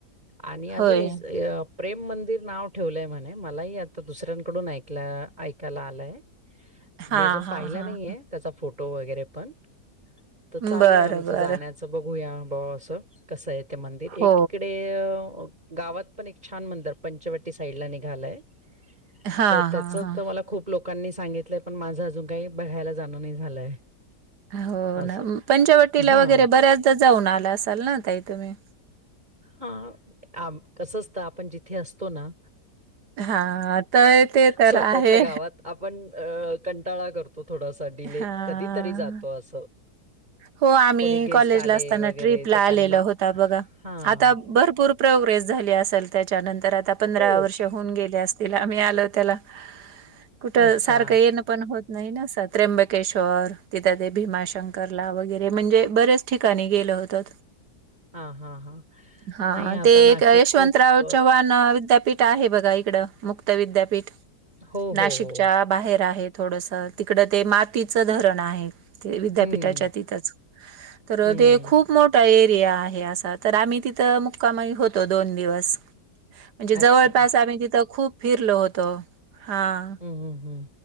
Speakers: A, on the right; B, on the right.
A: आणि अजूंन
B: होय.
A: प्रेम मंदिर नांव ठेवलंय म्हणे मलाही आंता दुसऱ्यांकडूंन ऐक ऐकांयला आलंय
B: <unintelligible>
A: मी अजूंन
B: हा
A: पाहिला
B: हा.
A: नाहीये त्यांचा फोटो वगैरें पणं तरं
B: बरं,
A: चालूं आहे आमचं
B: बरं.
A: जाण्याचं बघूंया बां असं कसं आहे ते मंदिर
B: हो.
A: एकीकडे गावांत पणं एक छान मंदर पंचवटी साईड लां निघालांय
B: हां,
A: तरं त्याचं
B: हां, हां.
A: तरं मलां खूंप लोकांनी सांगितलंय पणं माझं अजूंन कांहीं बघायंला जाणं नाहीं झालंय
B: हो
A: असं
B: नां पंचवटीला
A: हा
B: वगैरें बऱ्यांचदा जाऊंन आंला असांल नां ताई तुम्हीं
A: हां कसं असतं नं आपणं जिथे असतो नां
B: हां, तर ते तर
A: स्वंतःच्यां
B: आहे.
A: गावांत आपणं आपणं कंटाळा करतो थोडांसा डिले
B: हां.
A: कधींतरी जातो असं
B: हो आम्हीं
A: कोणी गेस्ट
B: कॉलेजलां
A: आले
B: असतांना
A: वगैरे
B: ट्र्रीपला
A: तर त्यांना
B: आलेला होतो बघां
A: हां,
B: आंता भरंपूर प्रोग्रेस झालीं असेल त्यांच्यानंतर आंता पंधरा
A: खूप.
B: वर्ष हो गे असं आम्हीं आलों त्यांला कुठं
A: अच्छा.
B: सारखं येणं पणं होतं नाहीं त्र्यंबकेश्वर तिथं ते भीमाशंकरला वगैरें म्हणजे बरेचं ठिकाणीं गेलो होतो
A: हां, हां, हां.
B: हां
A: नाही आता
B: ते
A: नाशिक
B: कायं यशवंतरांव
A: खूप अ,
B: चव्हांण विद्यापीठ आहे बघां इकडं मुक्त विद्यापीठ
A: हो,
B: नाशिकच्यां
A: हो, हो.
B: बाहेर आहेतं थोडंसं तिकडं ते मातीचं धरणं आहे ते विद्यापीठांच्या
A: हं,
B: तिथंच तरं
A: हं.
B: ते खूंप खूंप मोठां एरिया आहे असां तरं आम्हीं तिथं मुक्कांमाही होतो दोन दिवसं म्हंणजे
A: अच्छा.
B: जवळपास आम्हीं तिथं खूंप फिरलो होतो हां
A: हं, हं, हं.